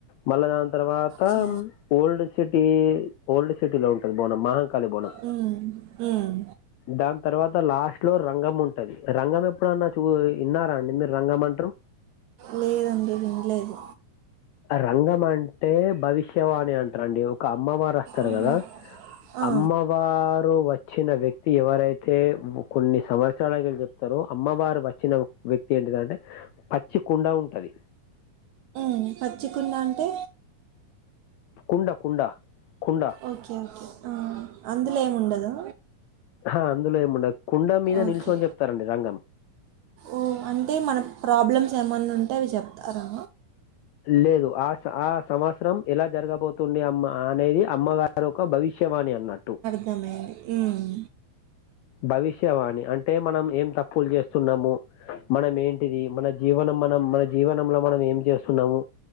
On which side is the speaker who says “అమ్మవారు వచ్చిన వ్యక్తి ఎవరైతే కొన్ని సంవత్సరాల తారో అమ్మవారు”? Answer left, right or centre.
Left